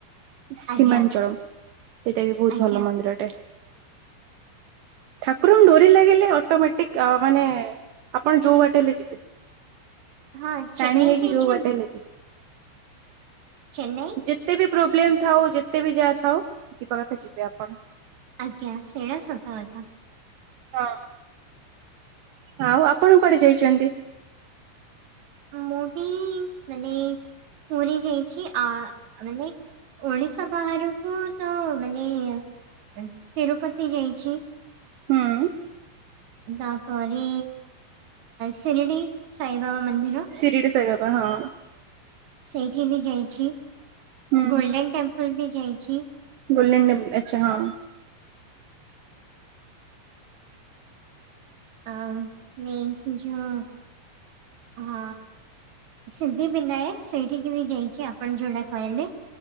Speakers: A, on the right (about 70°); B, on the right (about 45°).
A: ସୀମାଞ୍ଚଳ
B: ଆଜ୍ଞା
A: ସେଇଟା ବି ବହୁତ
B: ଆଜ୍ଞା
A: ଭଲ ମନ୍ଦିରଟେ।
B: <inaudible>
A: ଠାକୁରଙ୍କୁ ଡୋରି ଲାଗିଲେ ଅଟୋମେଟିକ ମାନେ ଆପଣ ଯୋଉ ବାଟ ହେଲେ ଯିବେ
B: ହଁ ଚେନ୍ନାଇ
A: ଟାଣି ହେଇକି
B: ଯାଇଛନ୍ତି
A: ଯୋଉ ବାଟ ହେଲେ ଯିବେ।
B: ଚେନେଇ
A: ଯେତେ ବି ପ୍ରୋବ୍ଲେମ ଥାଉ ଯେତେ ବି ଯାହା ଥାଉ ଯିବା କଥା ଯିବେ ଆପଣ।
B: ଆଜ୍ଞା ସେଇଡ଼ା ସତ କଥା।
A: ହଁ ଆଉ ଆପଣ କୁଆଡେ ଯାଇଛନ୍ତି?
B: ମୁଁ ବି ମାନେ ପୁରୀ ଯାଇଛି ଆ ମାନେ ଓଡିଶା ବାହାରକୁ ତ ମାନେ ତିରୁପତି ଯାଇଛି।
A: ହୁଁ।
B: ତାପରି ଶିରଡ଼ି ସାଇବାବା ମନ୍ଦିର।
A: ସିରିଡି ସାଇ ବାବା ହଁ।
B: ସେଇଠି ବି ଯାଇଛି
A: ହୁଁ
B: ଗୋଲଡେନ ଟେମ୍ପଲ ବି ଯାଇଛି।
A: ଗୋଲ୍ଡେନ ଟେମ୍ପ ଆଛା ହଁ।
B: ଆ ମନ୍ ଯ ହଁ ସିଦ୍ଧି ବିନାୟକ ସେଇଠିକି ବି ଯାଇଛି ଆପଣ ଯେଉଁଟା କହିଲେ।